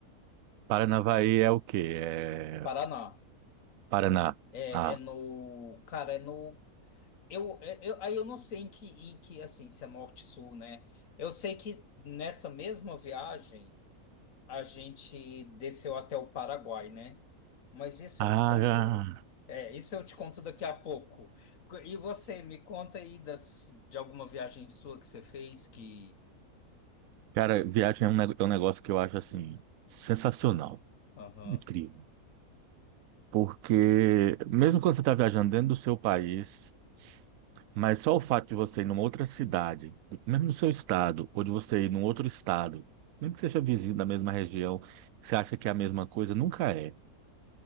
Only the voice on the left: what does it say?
Paraná.
É,
é no, cara, é no, eu, é- eu, aí eu não sei em que, em que, assim, se é norte-sul, né? Eu sei que nessa mesma viagem a gente desceu até o Paraguai, né? Mas isso
eu te conto. É, isso eu te conto daqui a pouco. Co- E você, me conta aí das, de alguma viagem sua que você fez que.
Aham.